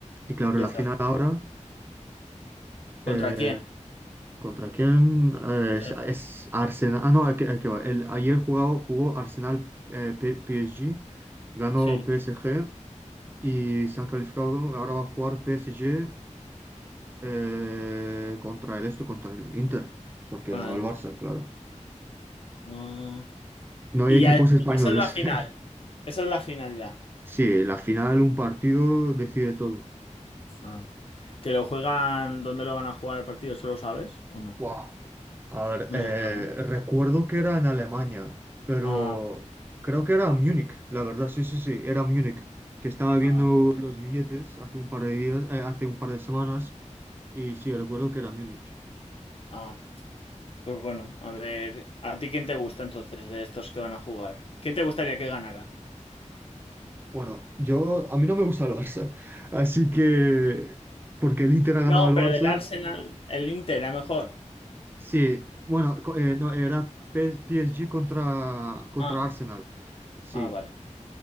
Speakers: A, on the right; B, on the left.
A: y claro,
B: Ya
A: la
B: está.
A: final ahora.
B: ¿Contra
A: eh,
B: quién?
A: ¿Contra quién? Eh, es,
B: Sí,
A: es Arsenal. Ah, no, aquí, aquí va. El, ayer jugado, jugó Arsenal eh, P- PSG, ganó
B: sí,
A: P S G y se han calificado. ¿no? Ahora va a jugar P PSG eh, contra el esto, contra el Inter, porque
B: con
A: ganó
B: la
A: el
B: Inter.
A: Barça, claro.
B: Ah.
A: No hay
B: Y
A: equipos
B: ya, es-
A: españoles.
B: esa es la final.
A: <laughs>
B: Esa es la final ya.
A: Sí, en la final un partido decide todo.
B: Ah. ¿Que lo juegan? ¿Dónde lo van a jugar el partido? ¿Eso lo sabes o no?
A: Buah. A ver,
B: No
A: eh,
B: se sabe. ¿no?
A: recuerdo que era en Alemania, pero
B: Ah, bueno.
A: creo que era en Múnich, la verdad, sí, sí, sí, era en Múnich, que estaba viendo
B: ah,
A: los billetes hace un par de días, eh, hace un par de semanas, y sí, recuerdo que era en Múnich.
B: ah. Pues bueno, a ver, ¿a ti quién te gusta entonces de estos que van a jugar? ¿Quién te gustaría que ganara?
A: Bueno, yo, a mí no me gusta el Barça, así que, porque el Inter ha ganado
B: No,
A: al Barça,
B: pero del Arsenal, el Inter era mejor.
A: sí, bueno, co- eh, no, era P- S. G. contra, contra
B: Ah,
A: Arsenal, sí,
B: ah, vale.